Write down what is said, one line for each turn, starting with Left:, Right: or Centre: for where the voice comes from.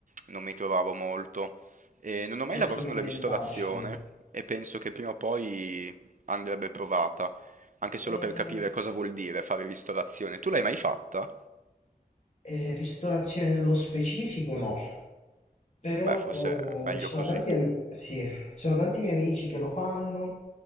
Right: non mi trovavo molto. E non ho mai
Left: Eh
Right: lavorato
Left: sì, un
Right: nella
Left: ambientaccio.
Right: ristorazione e penso che prima o poi andrebbe provata, anche solo
Left: Eh,
Right: per capire cosa vuol dire fare ristorazione. Tu l'hai mai fatta?
Left: eh, ristorazione nello specifico, no. Però
Right: Beh, forse
Left: oh,
Right: è meglio
Left: ci sono
Right: così.
Left: tanti, am- sì, ci sono tanti miei amici che lo fanno